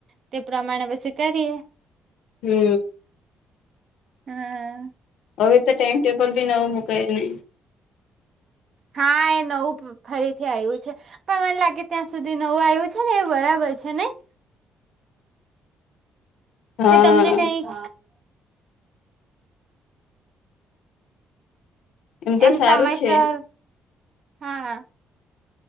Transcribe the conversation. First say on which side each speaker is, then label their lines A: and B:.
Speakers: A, on the right (about 55°); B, on the left (about 80°).
A: તે પ્રમાણે પછી કરીએ.
B: હમ્મ
A: હમ.
B: હવે તો ટાઈમ ટેબલ ભી નવો મુકાય રી
A: હા એ નવ ફરીથી આવ્યું છે પણ મને લાગે ત્યાં સુધી નવું આવ્યું છે ને એ બરાબર છે નહી.
B: હા
A: કે તમને કઈક
B: તો
A: એમ
B: સારું
A: સમયસર
B: જ છે.
A: હા.